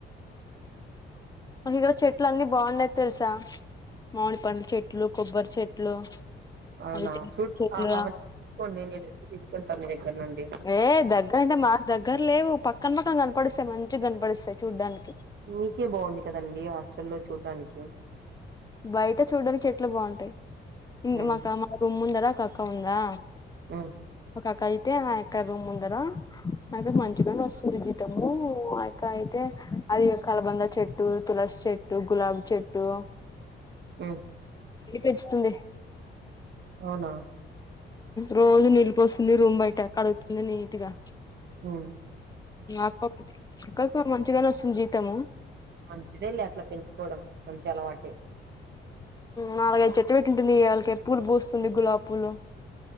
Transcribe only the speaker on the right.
అవునా
ఫ్రూట్
ఆ! అవన్నీ తీసుకోండి నేను తీసుకెళ్తా మీ దగ్గర నుండి
మీకే బాగుంది కదండి హాస్టల్లో చూడ్డానికి
ఉమ్
ఆ
ఆ
అవునా
ఉమ్
మంచిదేళ్ లే అట్లా పెంచుకోవడం మంచి అలవాటే